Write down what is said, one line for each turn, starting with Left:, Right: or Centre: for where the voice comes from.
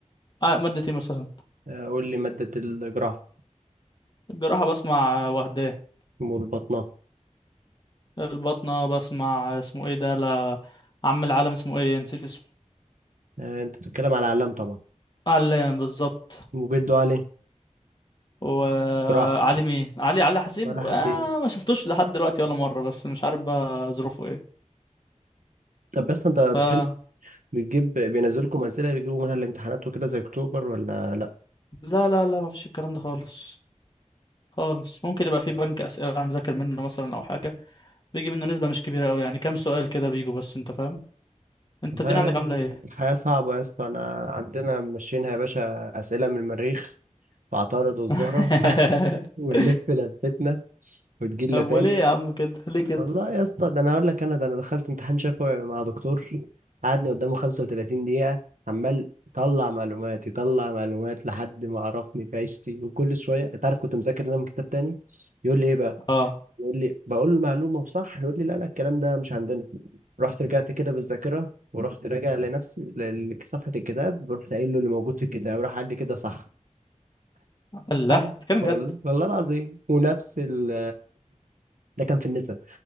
Left: آه، مادة ايه مثلا
Right: آه، قول لي مادة الجراحة
Left: الجراحة بسمع وهداه
Right: والبطنة
Left: الباطنة بسمع اسمه ايه ده لا عم العالم اسمه ايه نسيت اسمه
Right: آه، انت بتتكلم على علام طبعا
Left: علام بالظبط
Right: وجدوا علي
Left: وعلي
Right: جراحة
Left: مين علي علي حسيب
Right: ولا
Left: آه
Right: حسين
Left: ما شفتوش لحد دلوقتي ولا مرة بس مش عارف بقى ظروفه ايه
Right: طب بس انت بتحل
Left: ف آه.
Right: بتجيب بينزلكم أسئلة بيجيبوا منها الامتحانات وكده زي أكتوبر ولا لأ؟
Left: لا لا لا ما فيش الكلام ده خالص خالص ممكن يبقى في بنك اسئله هنذاكر منه مثلا او حاجه بيجي منه نسبه مش كبيره قوي يعني كام سؤال كده بيجوا بس انت فاهم انت
Right: والله
Left: الدنيا عندك عامله ايه
Right: الحياة صعبة يا اسطى أنا عندنا ماشيينها يا باشا أسئلة من المريخ فاعترضوا الزهرة
Left: <laughs>
Right: <laughs> ونلف لفتنا وتجيلنا
Left: طب
Right: تاني
Left: وليه يا عم كده ليه كده
Right: الله يا اسطى ده انا اقول لك انا ده انا دخلت امتحان شفوي مع دكتور قعدني قدامه 35 دقيقة عمال يطلع معلومات يطلع معلومات لحد ما عرفني في عيشتي وكل شوية انت عارف كنت مذاكر انا من كتاب تاني يقول لي ايه بقى
Left: اه
Right: يقول لي بقول له المعلومة وصح يقول لي لا لا الكلام ده مش عندنا رحت رجعت كده بالذاكرة ورحت راجع لنفسي لصفحة الكتاب ورحت قايل له اللي موجود في الكتاب راح قال لي كده صح
Left: الله
Right: حاجة
Left: تتكلم
Right: والله
Left: جد
Right: والله العظيم ونفس ال ده كان في النساء